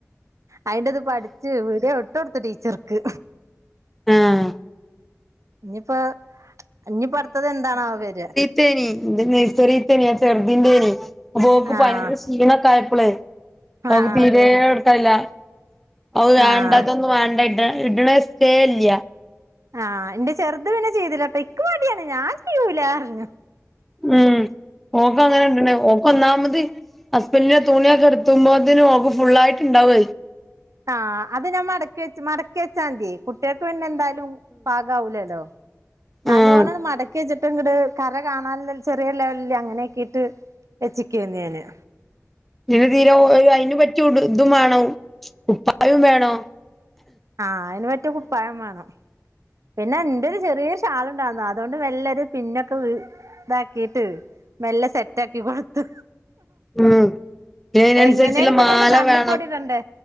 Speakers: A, on the right; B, in the centre.
A: അയിന്റെ ഇത് പഠിച്ചു വിഡിയോ വിട്ടൊട്ത്ത് ടീച്ചർക്ക്.
B: ആഹ്
A: ഇനിയിപ്പോ ഇനി അടുത്തത് എന്താണവോ വര
B: തേനി നൈസറിത്തേനി ചെറുദീന്റെ അയിന്നു അപ്പൊക്ക്
A: ആഹ്
B: പനി ക്ഷീണക്കായപ്പോളെ അവക്ക്
A: ആഹ്
B: തീരെ ഇഷ്ടല്ല്യ അവ വേണ്ടതൊന്നും
A: ആഹ്
B: വേണ്ട ഇട്ണ ക്കേ ഇല്ല്യ
A: ആഹ് ന്റെ ചെറുത് പിന്നെ ചെയ്തിലട്ടോ ഇക്ക് മടിയാണ് ഞാൻ ചെയ്യൂലാർഞ്ഞു
B: ഉം ഓക്ക അങ്ങനെ ഇട്ണെ ഓക്ക ഒന്നാമതി ഹസ്ബൻഡിൻ്റെ തുണിയൊക്കെ എടുത്തുമ്പോത്തിന് ഓള് ക്ക് ഫുൾ ആയിട്ടുണ്ടാവൊത്.
A: ആഹ് അത് ഞാൻ മടക്കി വെച്ച്. മടക്കി വെച്ചാതിയേ കുട്ടിയാക്ക് പിന്നെ എന്തായാലും പാകാവുലല്ലോ നല്ലോണ്ണം
B: ആഹ്
A: മടക്കി വെച്ചിട്ട ങ്ങിട് കര കാണാൻ ചെറിയ ലെവലില് അങ്ങനെക്കീട്ട് ഉച്ചക്ക് വന്നിനോ
B: <unintelligible> തീരെ തീരെ അയിനു പറ്റി ഇതും വേണോം കുപ്പായോം വേണോം.
A: ആഹ് അതിന് പറ്റിയ കുപ്പായം വേണം. പിന്നെ എൻ്റൊരു ചെറിയ ഷാളുണ്ടായിരുന്നു. അതോണ്ട് വെല്ലെരു പിന്നൊക്കെ ഇ താക്കിട്ട് മെല്ല സെറ്റ് ആക്കി കൊടുത്തു
B: ഉം അതിനനുസരിച്ചുള്ള
A: എങ്ങനെലും ഇപ്പ
B: മാല
A: ഇതൊന്ന് കണ്ണിപ്പൊടിടണ്ടേ
B: വേണം.